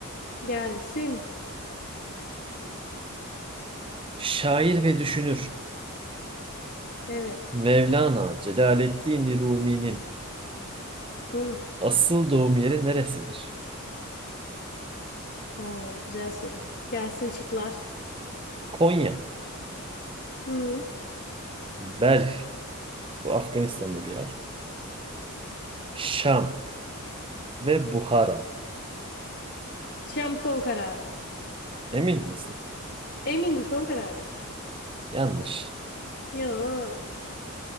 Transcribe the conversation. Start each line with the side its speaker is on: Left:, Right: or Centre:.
Left: Gelsin.
Right: Şair ve düşünür.
Left: Evet.
Right: Mevlana Celaleddin Rumi'nin
Left: Hı.
Right: asıl doğum yeri neresidir?
Left: Oo, güzel soru. Gelsin şıklar.
Right: Konya,
Left: Hı.
Right: Belh, bu Afganistan'da bir yer. Şam ve Buhara.
Left: Şam son kararım.
Right: Emin misin?
Left: Eminim son kararım.
Right: Yanlış.
Left: Ya.